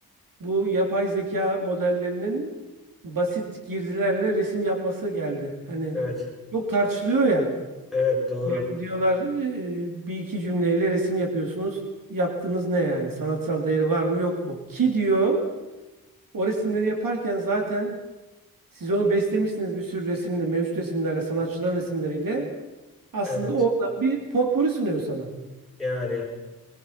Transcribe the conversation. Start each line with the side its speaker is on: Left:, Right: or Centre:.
Right: Bu yapay zeka modellerinin basit girdilerle resim yapması geldi. Hani
Centre: evet,
Right: çok tartışılıyor ya.
Centre: evet, doğru.
Right: Yani diyorlar e, bir iki cümleyle resim yapıyorsunuz. Yaptığınız ne yani? Sanatsal değeri var mı yok mu? Ki diyor o resimleri yaparken zaten siz onu beslemişsiniz bir sürü resimle, mevcut resimlerle, sanatçıların resimleriyle. Aslında
Centre: Evet,
Right: orada bir potpuri sunuyor sana.
Centre: yani